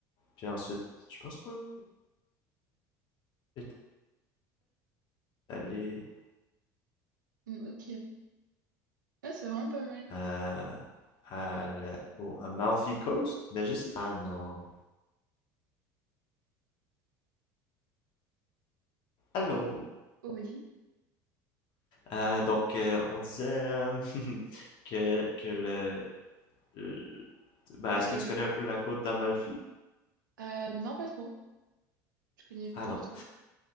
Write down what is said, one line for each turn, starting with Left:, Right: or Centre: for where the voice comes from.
Left: puis ensuite, je pense qu'on est allé
Right: Mm, Ok. Ah, c'est vraiment pas mal.
Left: euh, à la... au Amalfi Coast, mais je sais pas. Ah non. Allô.
Right: Oui,
Left: Euh, donc, euh, on disait euh, <laughs> que, que le... le- Ben,
Right: que
Left: est-ce
Right: t'as
Left: que tu
Right: vu.
Left: connais un peu la côte d'Amalfi?
Right: Euh, non, pas trop. Je connais pas
Left: Ah non.
Right: du tout.